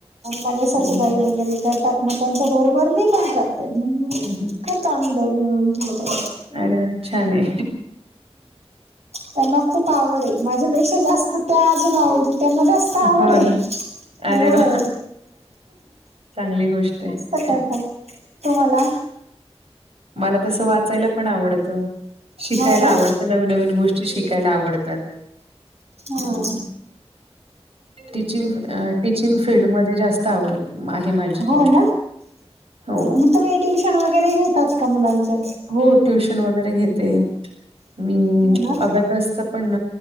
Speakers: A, on the right; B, on the right.
A: माझ्या सासूबाई
B: हो.
A: वगैरे करतात मग त्यांच्या बरोबर मी पण करते.
B: हं,
A: करतो आम्ही दोघे मिळून थोडं थोड
B: अरेवा छान ये
A: त्यांना खूप आवड हे माझ्यापेक्षा जास्त त्या अजून आवडत त्यांना जास्त चा आवडये
B: हो ना
A: हो.
B: अरे वा चांगली गोष्ट आहे.
A: मस्त करतात तुम्हाला
B: मला तसं वाचायला पण आवडतं. शिकायला
A: हो ना
B: आवडतं नवीन नवीन गोष्टी शिकायला आवडतात. हं.
A: हमम.
B: टीचिंग अ टीचिंग फिल्ड मधे जास्त आवड आहे माझी
A: हो
B: त्यात
A: ना
B: हो.
A: मग तुम्ही ट्युशन वगैरे घेतात का मुलांच्या?
B: हो ट्युशन वगैरे घेते मी
A: हो ना
B: अब्याकसचा पण